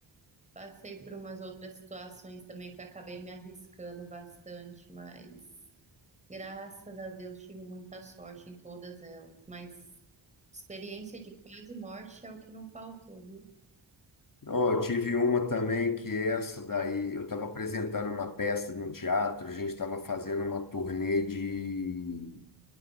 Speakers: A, on the right (about 15°); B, on the left (about 45°).
A: passei por umas outras situações também que acabei me arriscando bastante, mas graças a Deus tive muita sorte em todas elas. Mas experiência de quase morte é o que não faltou, viu?
B: Ó, eu tive uma também que essa daí, eu estava apresentando uma peça num teatro, a gente estava fazendo uma turnê de